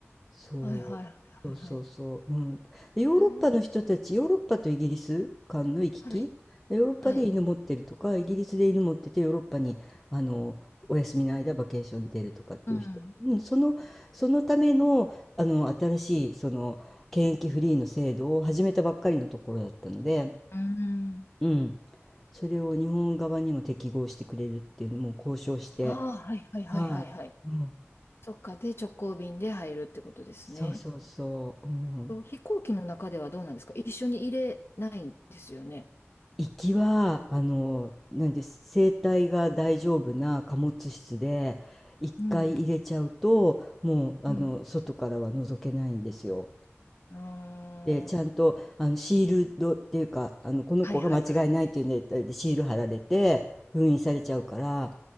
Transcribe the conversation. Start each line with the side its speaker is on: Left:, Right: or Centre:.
Centre: そう、
Left: はいはいはいはいはい。
Centre: そうそうそう、うん。でヨーロッパの人たち、
Left: へー
Centre: ヨーロッパとイギリス間の行き来、
Left: はい。
Centre: ヨーロッパで犬持ってるとか、
Left: はい。
Centre: イギリスで犬持っててヨーロッパにあのお休みの間バケーションに出るとかっていう人、
Left: うん。
Centre: うん、その、そのための、あの新しいその検疫フリーの制度を始めたばっかりのところだったので、
Left: うん。
Centre: うん、それを日本側にも適合してくれるっていうのも交渉して、
Left: ああ、はいはいはいはいはい。
Centre: はい、うん、
Left: そっか。で、直行便で入るってことですね。
Centre: そうそうそう、うん。
Left: と飛行機の中ではどうなんですか一緒に入れないんですよね。
Centre: 行きはあのなんです生体が大丈夫な貨物室で一回入れちゃうともうあの外からは覗けないんですよ。
Left: うん。うん。うんああ、
Centre: でちゃんとあのシールドっていうかあのこの子が間違いないっていうネタでシール貼られて封印されちゃうから、
Left: はいはいはいはい。